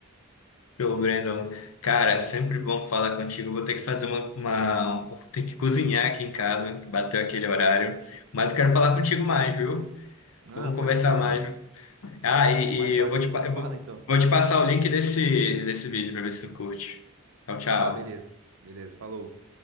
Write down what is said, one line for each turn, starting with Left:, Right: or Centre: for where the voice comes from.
Left: Show, Brandon. Cara, sempre bom falar contigo. Vou ter que fazer uma, uma... Vou ter que cozinhar aqui em casa, que bateu aquele horário. Mas eu quero falar contigo mais, viu?
Right: ah
Left: Vamos
Right: pode
Left: conversar
Right: crer
Left: mais.
Right: mano
Left: viu? Ah, e,
Right: mais tarde
Left: e eu vou te,
Right: a gente
Left: pa-
Right: se
Left: eu
Right: fala
Left: vou,
Right: então
Left: vou te passar o link desse, desse vídeo pra ver se tu curte. Tchau, tchau.
Right: ah beleza beleza falou